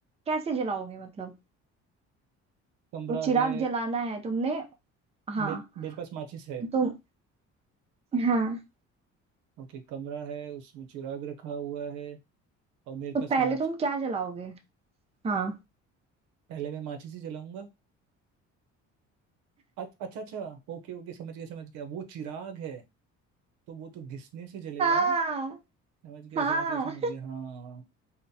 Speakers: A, on the right; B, on the right.
A: कैसे जलाओगे मतलब
B: कमरा
A: वो चिराग
B: है
A: जलाना है तुमने हाँ
B: मेरे मेरे पास माचिस है
A: तो तुम हाँ
B: ओके कमरा है उसमें चिराग रखा हुआ है और मेरे
A: तो
B: पास
A: पहले
B: माच
A: तुम क्या जलाओगे हाँ
B: पहले मैं माचिस ही जलाऊंगा अच- अच्छा अच्छा ओके ओके समझ गया समझ गया वो चिराग है तो वो तो घिसने से जलेगा
A: हाँ
B: ना समझ गया
A: हाँ
B: समझ गया समझ गया हाँ